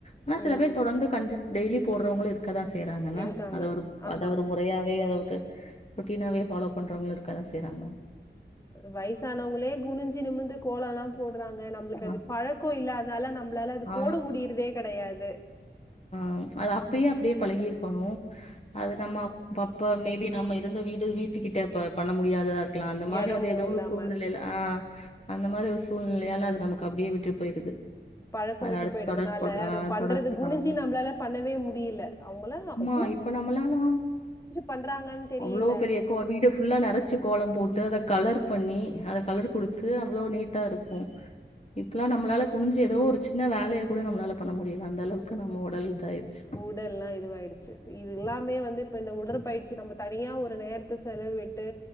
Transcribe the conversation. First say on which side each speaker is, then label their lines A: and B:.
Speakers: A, on the left (about 35°); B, on the left (about 15°).
A: ஆனா
B: ம்.
A: சில பேர் தொடந்து கண்டிஸ் டெய்லி போடுறவுங்ளு இருக் கதா செய்றாங்கல
B: இருக்காங்க.
A: அத ஒருப்
B: ஆமா.
A: அத ஒரு முறையாவே அளவுக்கு ரொடீனாவே ஃபாலோப் பன்றவங்ளு இருக்க தா செய்றாங்
B: வயசானவங்ளே குனிஞ்சி நிமிந்து கோலோலா போடு றாங்க நம்ளுக்கு
A: ஆ
B: அது பழக்கோ இல்ல அத்னால நம்ளால அது
A: ஆ
B: போட முடியிறதே கெடையாது
A: ம்ஷஅது அப்பயே அப்டியே பழகிருக் கணூ அது நம்ம அப் அப்போ மேபி நம்ம இருந்த வீடு வீட்டுக்கிட்ட ப பண்ண முடியாததார் க்லா அந்த மாரி
B: எடம்
A: வந்து ஏதோ
B: இல்லாம.
A: ஒரு சூழ்நிலையில ஆ அந்த மாரி ஒரு சூழ் நிலையால அது நமக்கு அப்டியே விட்டு போயிருது
B: பழக்கோ
A: அது
B: விட்டு
A: அடுத்து
B: போயிடுதுனால
A: தொடர்பு ஆ
B: அத பண்றது
A: தொடர்ச்சி
B: குனிஞ்சி
A: பண்ணணு
B: நம்ப்ளால பண்ணவே முடியில அவுங்கலா அவ்
A: அ இப்ப நம்ளாலா
B: பண்றாங்கன்னு தெரியல.
A: அவ்ளோ பெரிய கோ வீடு ஃபுல்லா நறச்சு கோலம் போடு டு அத கலர் பண்ணி அத கலர் குடுத்து அவ்ளோ நீட்டா இருக்கூ இப்லா நம்மளால குனிஞ்சி ஏதோ ஒரு சின்ன வேலையே கூட நம்ளால பண்ண முடியல அந்தளவுக்கு நம்ம உடல் இதாயிருச்சு
B: உடல்லா இதுவாயிடுச்சி சு இதுல்லாமே வந்துட் இந்த உடற்பயிற்சி நம்ம தனியா ஒரு நேரத்த செலவிட்டு